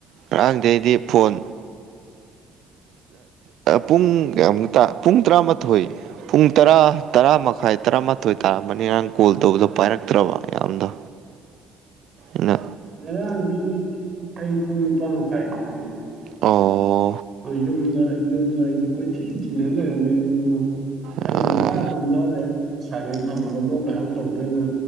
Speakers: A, on the right; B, on the right.
A: ꯉꯔꯥꯡꯗꯩꯗꯤ ꯐꯣꯟ ꯄꯨꯡ ꯀꯌꯥꯃꯨꯛꯇꯥ ꯄꯨꯡ ꯇꯔꯥꯃꯥꯊꯣꯏ ꯄꯨꯡ ꯇꯔꯥ ꯇꯔꯥ ꯃꯈꯥꯏ ꯇꯔꯥꯃꯥꯊꯣꯏ ꯇꯥꯔꯝꯃꯅꯤ ꯉꯔꯥꯡ ꯀꯣꯜ ꯇꯧꯕꯗꯣ ꯄꯥꯏꯔꯛꯇ꯭꯭ꯔꯕ ꯌꯥꯝꯗꯣ
B: <inaudible>
A: ꯅꯥ
B: ꯉꯔꯥꯡꯗꯤ ꯑꯩꯨ ꯄꯨꯡ ꯅꯤꯄꯥꯟ ꯃꯈꯥꯏ ꯇꯨꯝꯃꯦ
A: ꯑꯣ
B: ꯌꯨꯝꯗ ꯌꯨꯝꯗ ꯑꯩꯖꯦ ꯀꯣꯏꯊꯤ ꯊꯤꯅ ꯂꯩꯔꯝꯃꯦ <unintelligible> ꯑꯩ
A: ꯑꯥ
B: ꯉꯟꯇꯥ ꯇꯨꯝꯗꯥꯔꯦ ꯁꯥꯏꯂꯦꯟ ꯊꯝꯃꯒ ꯂꯣꯛ ꯂꯥꯏꯍꯧ ꯇꯧꯗꯣꯏꯅ